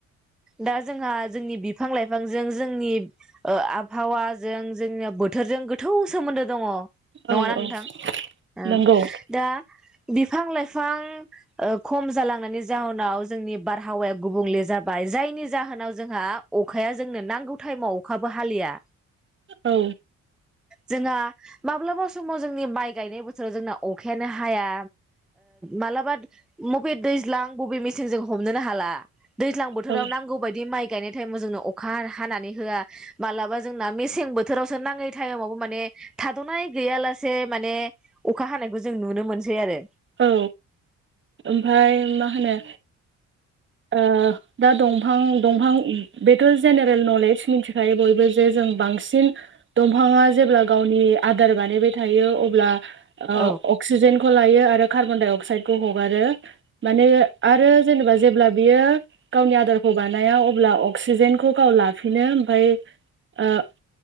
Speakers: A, in the centre; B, on the right.
A: दा जोंहा जोंनि बिफां लाइफांजों जोंनि ओ आबहावाजों जोंनिया बोथोरजों गोथौ सोमोन्दो दङ नङाना
B: औ
A: नोंथां
B: औ
A: ओं
B: नंगौ
A: दा बिफां लाइफां खम जालांनायनि जाहोनाव जोंनि बारहावाया गुबुंले जाबाय जायनि जाहोनाव जोंहा अखाया जोंनो नांगौ टाइमाव अखाबो हालिया
B: औ
A: जोंहा माब्लाबा समाव जोंनि माइ गायनाय बोथोराव जोंना अखायानो हाया मालाबा मबे दै दैजां बबे मेसेन जजों हमोननो हाला दैज्लां बोथोराव
B: औ
A: नांगौ बायदि माइ गायनाय टाइमाव जोंनो अखा हानानै होआ मालाबा जोंना मेसें बोथोरावसो नाङै टाइमावबो माने थाद'नाय गैयालासे माने अखा हानायखौ जों नुनो मोनसै आरो
B: औ ओमफ्राय मा होनो ओ दा दंफां दंफां बेथ' जेनेरेल नलेज मिथिखायो बयबो जे जों जों बांसिन दंफाङा जेब्ला गावनि आदार बानायबाय थायो अब्ला
A: औ
B: ओ अक्सिजेनखौ लायो आरो कार्बनडाइ अक्साइडखौ हागारो मानो आरो जेनेबा जेब्ला बियो गावनि आदारखौ बानाया अब्ला अक्सिजेनखौ गाव लाफिनो ओमफ्राय ओ